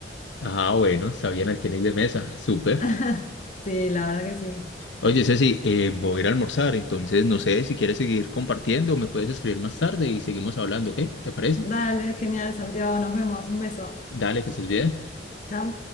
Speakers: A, on the left; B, on the left.
A: Ah, bueno, está bien el tenis de mesa, súper.
B: <laughs> Sí, la verdad que sí.
A: Oye, Ceci, eh, me voy a ir a almorzar, entonces no sé si quieres seguir compartiendo, me puedes escribir más tarde y seguimos hablando, ¿ok? ¿Te parece?
B: Dale, genial, Santiago, nos vemos. Un beso.
A: Dale, que estés bien.
B: Chao.